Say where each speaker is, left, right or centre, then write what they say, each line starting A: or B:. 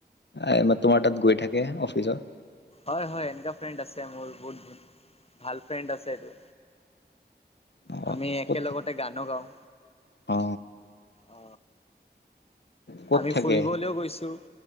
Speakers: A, on the left; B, on the left.
A: আই বা তোমাৰ তাত গৈ থাকে অফিচত?
B: হয় হয় এনেুৱা ফ্ৰেণ্ড আছে মোৰ বহুত বহুত ভাল ফ্ৰেণ্ড আছে এটো
A: অ
B: আমি একেলগতে
A: ক'ত থাকে
B: গানো গাওঁ।
A: অ
B: অ
A: ক'ত
B: আমি
A: থাকে
B: ফুৰিবলৈও গৈছোঁ